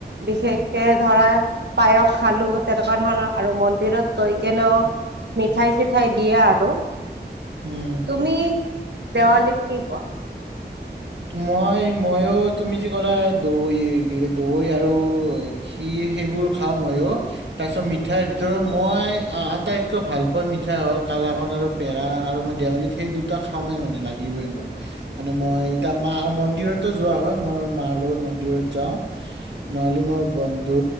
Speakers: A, on the right; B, on the right.
A: বিশেষকে ধৰা পায়স খালো তেনেকুৱা ধৰণৰ আৰু মন্দিৰত গৈ কিনে মিঠাই চ উঠাই দিয়া আৰু
B: উম
A: তুমি দেৱালি কি খোৱা
B: মই মইো তুমি যি ক'লা দৈ কি দৈ আৰু খিৰ সেইবোৰ খাওঁ মইো তাৰপিছত মিঠাইৰ ভিতৰত মই আটাইতকৈ ভাল পোৱা মিঠাই হল কালাকান আৰু পেৰা আৰু মই দেৱালীত সেই দুটা খাওঁৱে মানে লাগিবই মোক মানে মই ইয়া মা মন্দিৰতো যোৱা হয় মই মাৰ লগত মন্দিৰত যাওঁ নহলে মোৰ বন্ধু